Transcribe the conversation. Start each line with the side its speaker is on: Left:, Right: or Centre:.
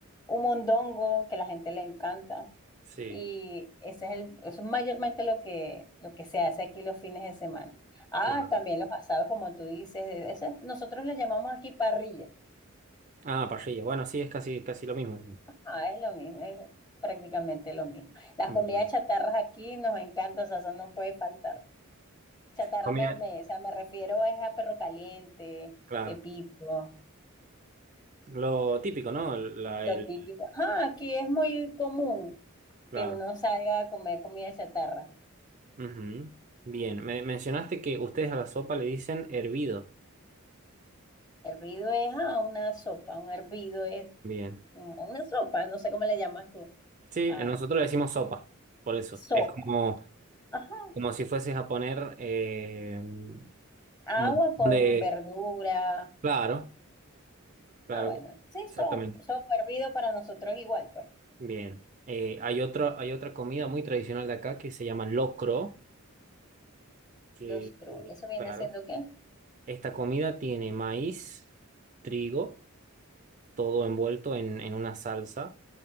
Left: un mondongo que la gente le encanta.
Right: Sí.
Left: Y ese es el, eso es mayormente lo que, lo que se hace aquí los fines de semana. Ah,
Right: Claro.
Left: también los asados, como tú dices. eso nosotros le llamamos aquí parrilla.
Right: Ah, parrilla. Bueno, sí, es casi, casi lo mismo. digamos.
Left: Ah, es lo mismo, es prácticamente lo mismo. Las
Right: Mm,
Left: comidas
Right: Bien.
Left: chatarras aquí nos encantan, o sea, eso no puede faltar. Chatarra,
Right: Comida.
Left: me, me- o sea, me refiero es a perro caliente,
Right: Claro.
Left: pepito,
Right: Lo típico, ¿no? El- La,
Left: lo
Right: el,
Left: típico. Ajá, aquí es muy común.
Right: claro.
Left: que uno salga a comer comida chatarra.
Right: Ujú. Bien. Me mencionaste que ustedes a la sopa le dicen hervido.
Left: Hervido es a una sopa, un hervido es
Right: Bien.
Left: un- una sopa, no sé cómo le llamas tú,
Right: Sí,
Left: a
Right: nosotros le decimos sopa. Por eso.
Left: sopa.
Right: Es como,
Left: Ajá.
Right: como si fueses a poner eh, un montón
Left: Agua
Right: de.
Left: con verdura.
Right: Claro, claro.
Left: Ah, bueno, sí,
Right: Exactamente.
Left: sopa, sopa hervido para nosotros igual, pues.
Right: Bien. Eh, hay otro, hay otra comida muy tradicional de acá que se llama locro, que,
Left: Los cru,
Right: eh,
Left: ¿eso viene
Right: claro.
Left: siendo qué?
Right: Esta comida tiene maíz, trigo, todo envuelto en, en una salsa